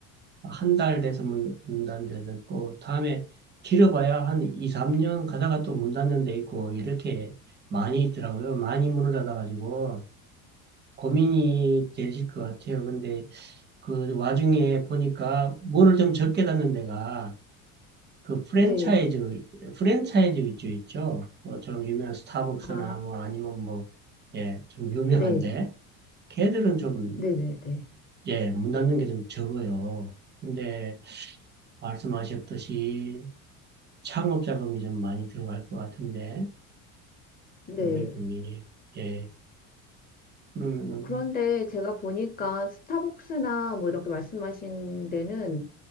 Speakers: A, on the right; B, on the left.
A: 한 달 돼서 문, 문 닫는 데도 있고, 다음에 길어봐야 한 2, 3년 가다가 또 문 닫는 데 있고, 이렇게 많이 있더라고요. 많이 문을 닫아가지고 고민이 되실 것 같아요. 근데 그 와중에 보니까 문을 좀 적게 닫는 데가 그 프랜차이즈,
B: 네.
A: 프랜차이즈 위주 있죠. 뭐 좀 유명한 스타벅스나
B: 아,
A: 뭐 아니면 뭐, 예, 좀 유명한데,
B: 네,
A: 걔들은 좀,
B: 네네네.
A: 예, 문 닫는 게 좀 적어요. 근데 말씀하셨듯이 창업 자금이 좀 많이 들어갈 것 같은데,
B: 네.
A: 국내 국민이. 예. 그러면은,
B: 그런데 제가 보니까 스타벅스나 뭐 이렇게 말씀하신 데는